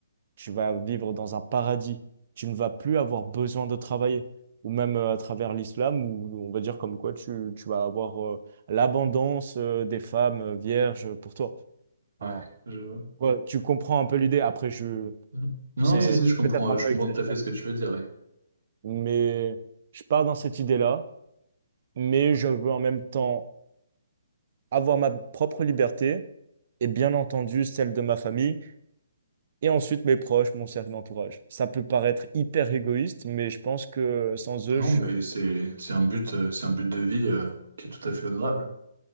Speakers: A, on the right; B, on the right.
A: tu vas vivre dans un paradis, tu ne vas plus avoir besoin de travailler, ou même euh, à travers l'islam, où on va dire comme quoi tu, tu vas avoir euh, l'abondance euh, des femmes euh, vierges pour toi.
B: Ouais,
A: Enfin,
B: je vois.
A: ouais, tu comprends un peu l'idée, après je...
B: Mhm. Non,
A: C'est
B: non, si, si, je comprends,
A: peut-être
B: euh,
A: un
B: je
A: peu
B: comprends
A: exagéré,
B: tout à fait ce que tu veux dire. ouais.
A: mais je pars dans cette idée-là, mais je veux en même temps avoir ma propre liberté et bien entendu celle de ma famille et ensuite mes proches, mon cercle d'entourage. Ça peut paraître hyper égoïste, mais je pense que sans
B: Non,
A: eux, je...
B: mais c'est c'est un but, euh, c'est un but de vie euh, qui est tout à fait honorable.